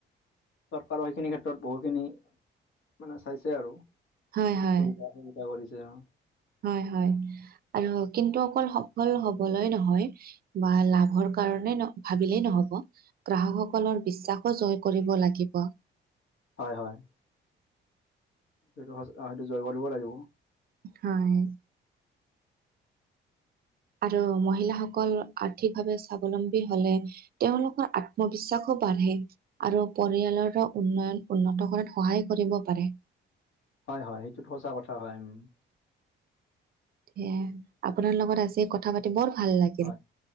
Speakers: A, on the left; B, on the right.
A: চৰকাৰো সেইখিনি ক্ষেত্ৰত বহুখিনি মানে চাইছে আৰু
B: হয় হয়
A: সুবিধা সুবিধা কৰিছে অ।
B: হয় হয় আৰু কিন্তু অকল সফল হ'বলৈ নহয় বা লাভৰ কাৰণে ন ভাবিলেই নহ'ব গ্ৰাহকসকলৰ বিশ্বাসো জয় কৰিব লাগিব।
A: হয় হয়। সেইটো হচ অ সেইটো জয় কৰিব লাগিব।
B: হয়। আৰু মহিলাসকল আৰ্থিকভাৱে স্বাৱলম্বী হ'লে তেওঁলোকৰ আত্মবিশ্বাসো বাঢ়ে। আৰু পৰিয়ালৰ উন্নয়ন উন্নত কৰাত সহায় কৰিব পাৰে।
A: হয় হয় সেইটোতো সচা কথা হয়, উম।
B: সেয়াই আপোনাৰ লগত আজি কথা পাতি বৰ ভাল লাগ
A: হয়।